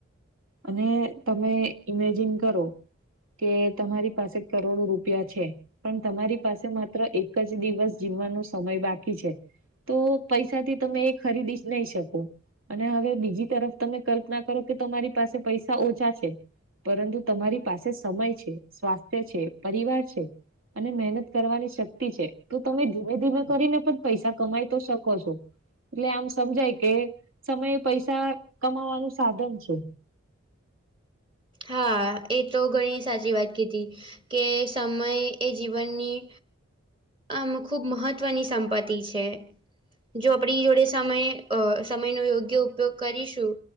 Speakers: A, on the right (about 75°); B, on the right (about 25°).
A: અને તમે ઈમેજિન કરો. કે તમારી પાસે કરોડો રૂપિયા છે. પણ તમારી પાસે માત્ર એક જ દિવસ જીવવાનો સમય બાકી છે. તો પૈસાથી તમે એ ખરીદી જ નહી શકો. અને હવે બીજી તરફ તમે કલ્પના કરો કે તમારી પાસે પૈસા ઓછા છે. પરંતુ તમારી પાસે સમય છે સ્વાસ્થ્ય છે, પરિવાર છે. અને મહેનત કરવાની શક્તિ છે, તો તમે ધીમે ધીમે કરીને પણ પૈસા કમાય તો શકો છો. એટલે આમ સમજાય કે સમયે પૈસા કમાવાનું સાધન છે.
B: હા એ તો ઘણી સાચી વાત કીધી. કે સમય એ જીવનની. આમ ખૂબ મહત્વની સંપત્તિ છે. જો આપણી જોડે સમય અ સમય <unintelligible> યોગ્ય ઉપયોગ કરીશું.